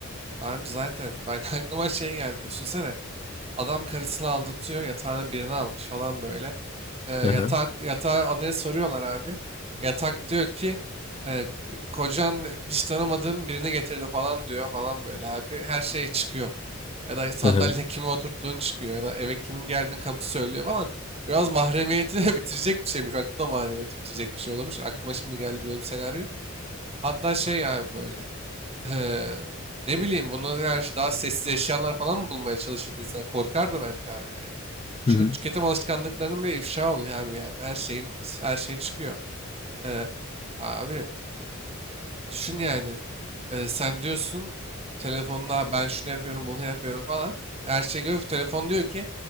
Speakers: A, on the right (about 30°); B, on the left (about 25°).
A: Abi zaten ben <laughs> aklıma şey geldi. Düşünsene adam karısını aldatıyor yatağına birini almış falan böyle. e, yatak
B: Aha,
A: yatağa anaya soruyorlar abi. Yatak diyor ki e, k- kocan hiç tanımadığım birini getirdi falan diyor falan böyle abi. Her şey çıkıyor. Ya da sandalye
B: aha.
A: <laughs> kime oturttuğun çıkıyor. Ya da eve kimin geldiğini kapı söylüyor falan. Biraz mahremiyeti de <laughs> bitirecek bir şeymiş. Bak bu da mahremiyeti bitirecek bir şey olurmuş. Aklıma şimdi geldi böyle bir senaryo. Hatta şey yani böyle. Eee, ne bileyim buna karşı daha sessiz eşyalar falan mı bulmaya çalışırdı insan? Korkardı bence abi yani.
B: Hı
A: Çünkü
B: hı.
A: tüketim alışkanlıklarının bile ifşa oluyor abi yani. Her şeyin her şey çıkıyor. Eee, abi düşün yani. Eee, sen diyorsun telefonla ben şunu yapıyorum bunu yapıyorum falan. Her şey görüyor. Telefon diyor ki